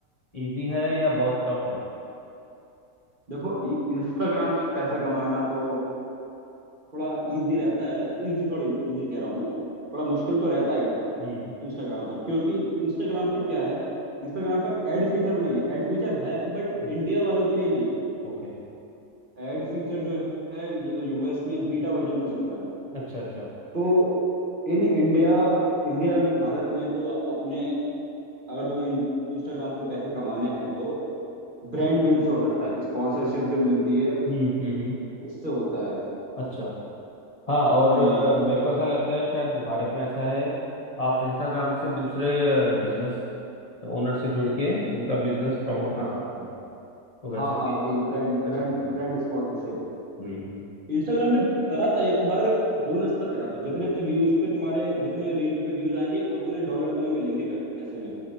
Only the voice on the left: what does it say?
इजी है या बहुत टफ है
हम्म
हम्म
ओके
अच्छा अच्छा
हम्म हम्म, हम्म।
अच्छा हाँ और
अ, मेरे को ऐसा लगता है शायद भारत में ऐसा है आप इंस्टाग्राम से दूसरे बिजनेस ओनर से जुड़ के उनका बिजनेस प्रमोट
कर सकते हैं तो
वैसे
भी
पैसा
कमाना
हम्म हम्म,